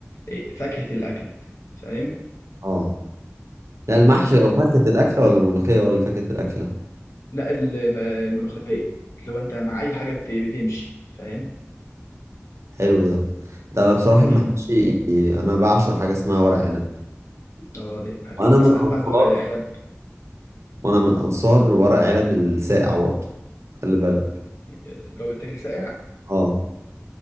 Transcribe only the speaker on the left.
آه، فاكهه الاكله فاهم
لا الم- الملوخيه لو انت مع اي حاجه بت- بتمشي فاهم
امم
اه دي حاجة.
طب مثلا
بعد ورق العنب
آه، لو بيتاكل ساقع